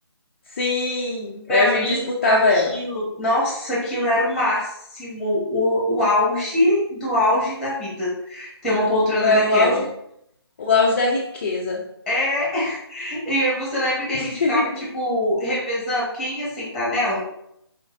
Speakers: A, on the left (about 30°); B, in the centre.
A: Sim,
B: Pra
A: aí a gente
B: mim,
A: disputava
B: aquilo,
A: ela.
B: nossa, aquilo era o máximo, o, o auge do auge da vida, ter uma poltrona
A: É
B: daquela.
A: o auge, o auge da riqueza.
B: É, <laughs> e aí você lembra que a
A: <laughs>
B: gente ficava, tipo, revezando quem ia sentar nela?